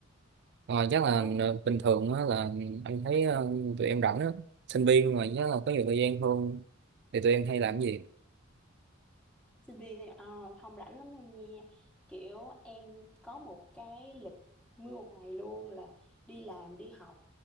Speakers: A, on the right; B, in the centre.
A: ờ, chắc là
B: Ồ,
A: ờ, bình thường á là anh thấy ờ, tụi em rảnh á sinh viên mà chắc là có nhiều thời gian hơn thì tụi em hay làm
B: ừ.
A: cái gì
B: sinh viên thì à, không rảnh lắm đâu nha kiểu em có một cái lịch nguyên một ngày luôn là đi làm đi học